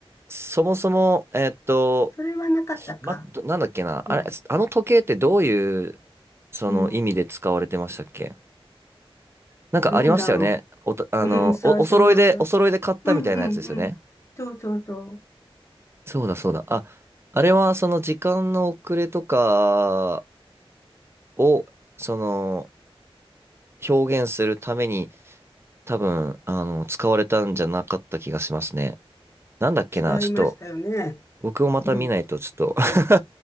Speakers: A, on the right; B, on the left.
A: そもそも、えっと、
B: それはなかったか。
A: ま、どなんだっけな、あれ、
B: うん。
A: あの時計ってどういう、その意味で使われてましたっけ
B: うん。
A: なんかありましたよね。
B: なんだろ
A: おと、あの、
B: う。うん。最初に渡した。
A: お、お揃いで、お揃いで買ったみたいなやつですよね。
B: うんうんうん。そうそうそ
A: そうだそうだ。あ、あれはその時間の遅れとかを、その、表現するために、多分、あの、使われたんじゃなかった気がしますね。なんだっけな、
B: う。
A: ちょっと、
B: 違いましたよね。
A: 僕をまた見ないと、
B: うん。
A: ちょっと
B: そう。
A: <laughs>